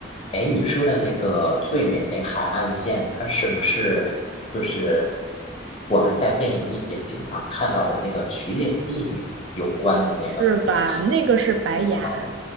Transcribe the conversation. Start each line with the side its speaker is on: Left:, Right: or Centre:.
Left: 哎，你说的那个最美的海岸线，它是不是就是我们在电影里也经常看到的那个取景地有关的那个？
Right: 是吧？
Left: 就是其
Right: 那个是白崖，
Left: 哦